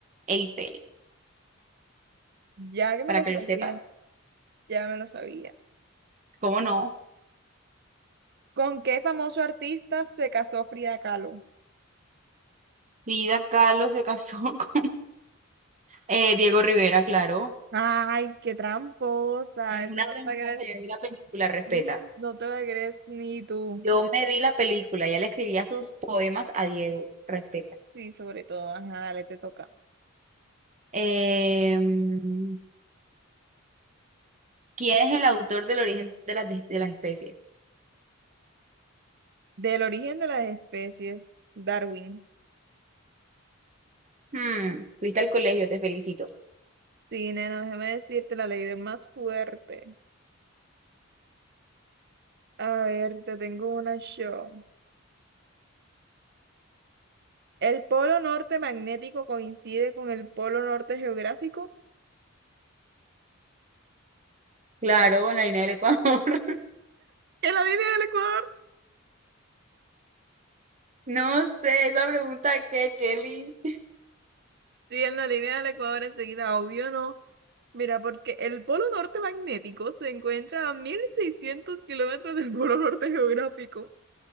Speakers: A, on the right; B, on the right.
A: Eiffel,
B: ya que me
A: para
B: lo
A: que
B: sabía,
A: lo sepan.
B: ya me lo sabía.
A: ¿Cómo no?
B: ¿Con qué famoso artista se casó Frida Kahlo?
A: Frida Kahlo se casó <laughs> con Eh, Diego Rivera, claro.
B: Ay, qué tramposa.
A: Es
B: Eso
A: Una
B: no
A: tramposa,
B: te la crees,
A: yo vi la película, respeta.
B: <laughs> no te la crees ni tú.
A: Yo me vi la película, ya le escribía sus poemas a Diego, respeta.
B: Sí, sobre todo. Ajá, dale, te toca.
A: Em, ¿quién es el autor del origen de las, de, las especies?
B: Del origen de las especies, Darwin.
A: Hmm, fuiste al colegio, te felicito.
B: Sí, nena, déjame decirte la ley del más fuerte. A ver, te tengo una show. ¿El polo norte magnético coincide con el polo norte geográfico?
A: Claro, en la línea del Ecuador. <laughs>
B: ¿En la línea del Ecuador?
A: No sé, esa pregunta que, Kelly.
B: Siguiendo la línea del Ecuador enseguida, obvio no. Mira, porque el polo norte magnético se encuentra a 1600 kilómetros del polo norte geográfico.